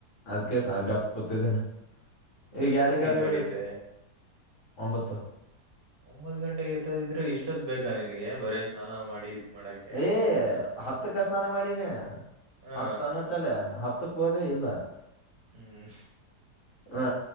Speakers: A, on the left; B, on the right.
A: ಅದ್ಕೆ ಸ ಗಪ್ ಕುತಿದಿನಿ ಈಗ
B: ಎಷ್ಟೊತ್ತಿಗೆ
A: ಯಾರಿಗಾರ
B: ಎದ್ದೋಳಿದ್ದೆ
A: ಒಂಬತ್ತು
B: ಒಂಬತ್ ಗಂಟೆಗೆ ಎದ್ದ ಇದ್ರೆ ಇಷ್ಟೊತ್ತು ಬೇಕಾ ನಿನಗೆ ಬರೆ ಸ್ನಾನ ಮಾಡಿ ಮಾಡಕ್ಕೆ
A: ಏ ಹತ್ತಕ್ಕ ಸ್ನಾನ ಮಾಡಿನಿ
B: ಹಾ
A: ಹತ್ತ ಅನಕ್ ಇಟ್ಟಲ್ಲೆ ಹತ್ತುಕ್ಕ ಹೋದೇ ಇಲ್ಲ
B: ಹ್ಮ್
A: ಹ